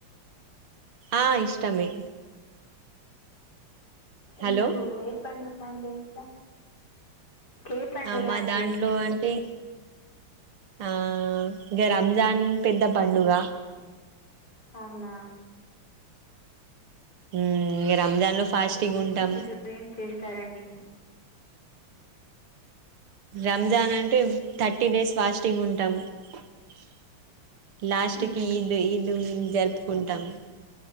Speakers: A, on the right; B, on the left.
A: ఆ ఇష్టమే
B: అంటె
A: హలో
B: మీకు ఏ పండుగ లంటే ఇష్టం ఏ పండుగ
A: అ మా
B: అంటే
A: దాంట్లో
B: ఇష్టం
A: అంటే ఆ ఇక రంజాన్ పెద్ద పండుగ
B: అవున
A: మ్ ఇక రంజాన్లో ఫాస్టింగ్ ఉంటాం
B: రోజు ఏం చేస్తారండి
A: రంజాన్ అంటే థర్టీ డేస్ ఫాస్టింగ్ ఉంటుంది ఉమ్ లాస్ట్
B: మ్మ్.
A: కి ఈద్ ఈదు జరుపు ఉంటామ్